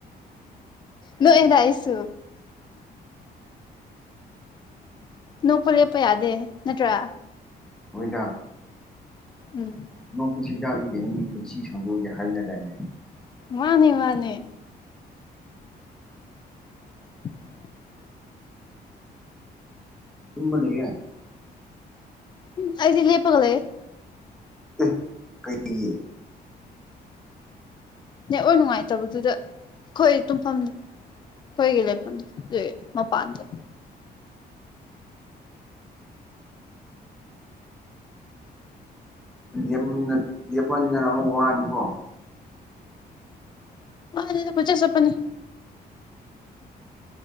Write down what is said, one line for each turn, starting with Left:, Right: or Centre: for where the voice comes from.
Left: ꯅꯣꯏꯣꯏꯗꯁꯨ ꯅꯣꯛꯄ ꯂꯦꯞꯄ ꯌꯥꯗꯦ ꯅꯠꯇ꯭ꯔꯥ
Centre: ꯍꯣꯏꯗ
Left: ꯎꯝ
Centre: ꯅꯣꯛꯄꯁꯤ ꯍꯤꯗꯥꯛꯂꯤ ꯀꯩꯅꯣ ꯃꯤ ꯄꯨꯟꯁꯤ ꯁꯥꯡꯗꯣꯛꯑꯒ ꯍꯥꯏꯅꯗꯥꯏꯅꯦ
Left: ꯃꯥꯅꯦ ꯃꯥꯅꯦ <inaudible>
Centre: ꯇꯨꯝꯃ ꯂꯩꯌꯦ
Left: ꯎ ꯑꯩꯗꯤ ꯂꯦꯄꯒ ꯂꯩ
Centre: ꯑꯦ ꯀꯩꯒꯤ
Left: ꯅ ꯑꯣꯏ ꯅꯨꯡꯉꯥꯏꯇꯕꯗꯨꯗ ꯑꯩꯈꯣꯏ ꯇꯨꯝꯐꯝꯗ ꯍꯣꯏꯒ ꯂꯩꯐꯝ ꯑꯦ ꯃꯄꯥꯟꯗ
Centre: ꯑꯗꯨ ꯂꯦꯞꯃꯟꯅꯗꯅ ꯑꯃꯨꯛ ꯋꯥꯅꯤꯀꯣ
Left: ꯑꯗꯦꯗ ꯀꯣꯏꯆꯠ ꯆꯠꯄꯅꯤ